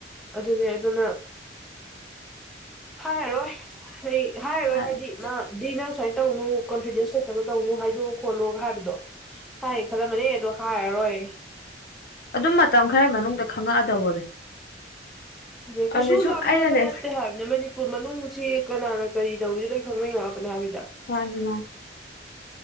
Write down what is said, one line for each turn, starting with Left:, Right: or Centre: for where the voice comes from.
Centre: ꯑꯗꯨꯅꯦ ꯑꯗꯨꯅ ꯍꯥꯔꯔꯣꯏ ꯑꯩ ꯍꯥꯏꯔꯣꯏ
Left: ꯎꯝ
Centre: ꯍꯥꯏꯗꯤ ꯃꯥ ꯅ ꯁꯨꯃꯥꯏ ꯇꯧꯅꯨ ꯀꯣꯟꯐꯤꯗꯦꯟꯁꯦ ꯇ ꯇꯧꯅꯨ ꯍꯥꯏꯗꯣꯛꯑꯣ ꯈꯣꯠꯂꯣ ꯍꯥꯏꯕꯗꯣ ꯍꯥꯏ ꯈꯜꯂꯝꯃꯅꯦ ꯑꯗꯣ ꯍꯥꯏꯔꯔꯣꯏ
Left: ꯑꯗꯨꯝ ꯃꯇꯝ ꯈꯔ ꯃꯅꯨꯡꯗ ꯈꯪꯉꯛꯑꯗꯧꯕꯅꯦ
Centre: ꯑꯗꯨ
Left: ꯑꯗꯨꯅꯦ
Centre: ꯀꯩꯁꯨ
Left: ꯁꯨꯝ
Centre: ꯂꯥꯞꯅꯕ
Left: ꯑꯩꯅꯅꯦ
Centre: ꯅꯠꯇꯦ ꯍꯥꯏꯕꯅꯦ ꯃꯅꯤꯄꯨꯔ ꯃꯅꯨꯡ ꯁꯤ ꯀꯅꯥꯅ ꯀꯔꯤ ꯇꯧꯔꯤꯁꯤ ꯅꯣꯏ ꯈꯪꯅꯉꯛꯇꯅꯤ ꯍꯥꯏꯕꯅꯤꯗ
Left: ꯃꯥꯟꯅꯤ ꯃꯥꯟꯅꯤ